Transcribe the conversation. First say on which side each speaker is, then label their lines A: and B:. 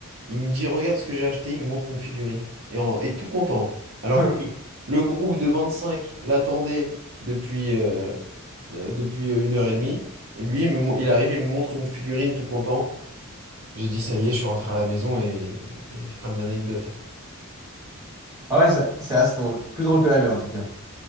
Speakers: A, on the right; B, on the right.
A: il me dit, regarde ce que j'ai acheté, il me montre une figurine, et, en- et tout content. hein. Alors
B: <laughs>
A: que le groupe de 25 l'attendait depuis, euh, euh, depuis euh, une heure et demie, Et lui, il me mon- il arrive, il me montre une figurine tout content. J'ai dit, ça y est, je suis rentré à la maison et, et fin de l'anecdote. hein.
B: Ah ouais, c'est c'est assez drôle. Plus drôle que la mienne, en tout cas.